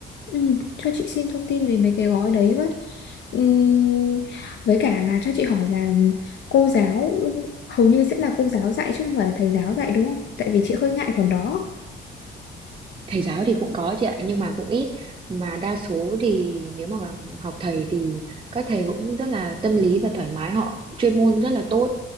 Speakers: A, on the left; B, on the right.
A: Ừ, cho chị xin thông tin về mấy cái gói đấy với. Ừm, với cả là cho chị hỏi là cô giáo hầu như sẽ là cô giáo dạy chứ không phải là thầy giáo dạy đúng không? Tại vì chị hơi ngại khoản đó.
B: thầy giáo thì cũng có chị ạ nhưng mà cũng ít mà đa số thì nếu mà học thầy thì các thầy cũng rất là tâm lý và thoải mái họ chuyên môn rất là tốt